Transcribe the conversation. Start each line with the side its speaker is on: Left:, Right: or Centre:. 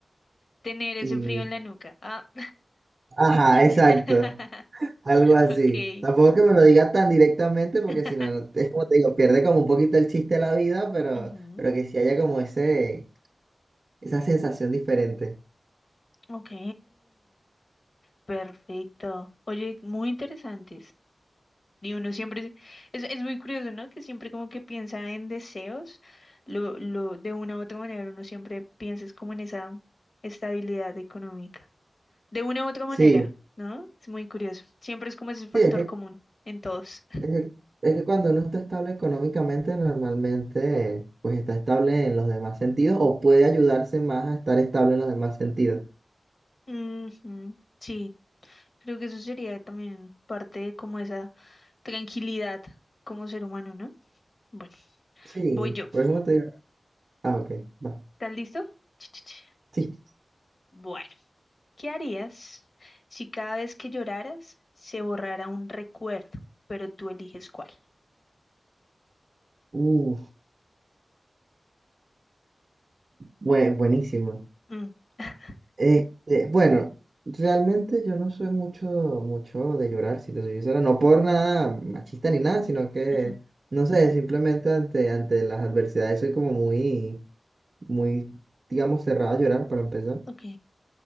Left: Tener ese
Right: Y,
Left: frío en la nuca. Ah.
Right: ajá,
Left: <laughs>
Right: exacto. Algo así.
Left: Ok.
Right: Tampoco es que me lo diga tan directamente, porque
Left: <laughs>
Right: si no, es como te digo, pierde como un poquito el chiste de la vida, pero,
Left: Ujú,
Right: pero que sí haya como ese, esa sensación diferente.
Left: Ok, perfecto. Oye, muy interesantes. Y uno siempre, es, es muy curioso, ¿no? Que siempre como que piensa en deseos, lo, lo, de una u otra manera, uno siempre piensa es como en esa estabilidad económica. De una u otra
Right: Sí,
Left: manera, ¿no? Es muy curioso. Siempre es como ese factor
Right: sí, es que,
Left: común en todos.
Right: es que, es que cuando uno está estable económicamente, normalmente pues está estable en los demás sentidos o puede ayudarse más a estar estable en los demás sentidos.
Left: Ujú, Sí, creo que eso sería también parte de como esa tranquilidad como ser humano, ¿no? Bueno,
Right: Sí,
Left: voy yo.
Right: por eso te digo. Ah, ok, va.
Left: ¿Estás listo? Ch, ch, ch.
Right: Sí.
Left: Bueno, ¿qué harías si cada vez que lloraras se borrara un recuerdo, pero tú eliges cuál?
Right: Uf, bue- buenísimo.
Left: Mm, <laughs>
Right: Eh, eh, bueno, realmente yo no soy mucho, mucho de llorar, si te soy sincero, no por nada machista ni nada, sino que,
Left: ujú,
Right: no sé, simplemente ante, ante las adversidades soy como muy, muy, digamos, cerrada a llorar para empezar.
Left: ok.